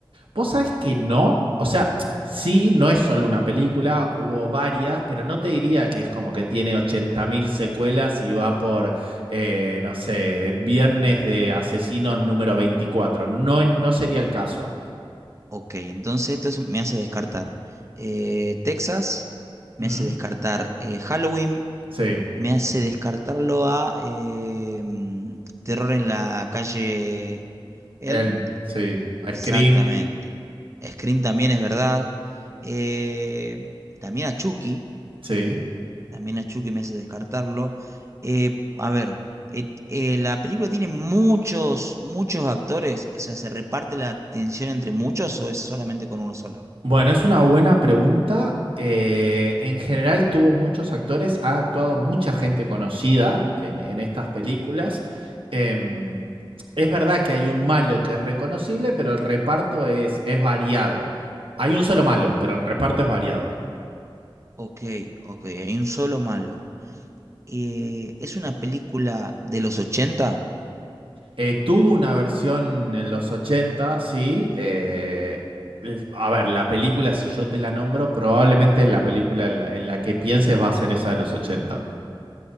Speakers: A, on the right; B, on the right.
A: Vos sabés que no. O sea, sí, no es solo una película, hubo varias, pero no te diría que es como que tiene 80.000 secuelas y va por, eh, no sé, Viernes de Asesinos número veinticuatro, No, no sería el caso.
B: Ok, entonces esto es- me hace descartar. eh, Texas, me
A: Ujú.
B: hace descartar eh, Halloween,
A: Sí.
B: me hace descartarlo a eh, mm, Terror en la calle Elm.
A: Elm, sí.
B: Exactamente.
A: Scream,
B: Scream también es verdad. Eh, también a Chucky.
A: sí.
B: También a Chucky me hace descartarlo. Eh, a ver, et- eh, la película tiene muchos, muchos actores. O sea, ¿se reparte la atención entre muchos o es solamente con uno solo?
A: Bueno, es una buena pregunta. Eh, en general tuvo muchos actores, ha actuado mucha gente conocida en, en estas películas. Em, es verdad que hay un malo que es reconocible, pero el reparto es, es variado. Hay un solo malo, pero el reparto es variado.
B: Ok, ok, hay un solo malo. Eh, ¿es una película de los ochenta.
A: Eh, tuvo una versión en los 80, sí. eh, el- a ver, la película, si yo te la nombro, probablemente la película en la, en la que pienses va a ser esa de los 80.